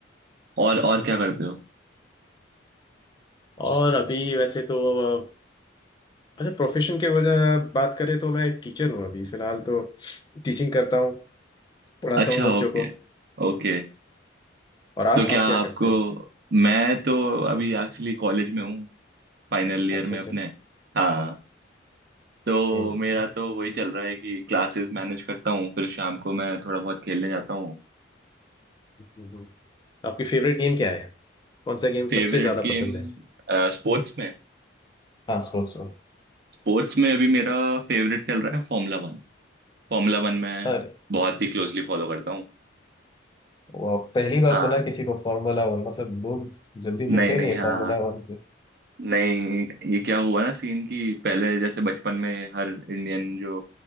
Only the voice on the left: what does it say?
और अभी वैसे तो अ, अच्छा प्रोफेशन के वजह बात करें तो मैं एक टीचर हूँ अभी फिलहाल तो टीचिंग करता हूँ पढ़ाता
हूँ बच्चों
को
और आप
आप क्या
करते हो
अच्छा
अच्छा
अच्छा।
हम्म
हम्म। हम्म। आपकी फेवरेट गेम क्या है कौन सा गेम
सबसे ज्यादा
पसंद है
हाँ स्पोर्ट्स में
अरे
वो पहली बार
सुना किसी को फार्मूला वन मतलब लोग जल्दी
मिलते
ही नहीं है
फार्मूला वन के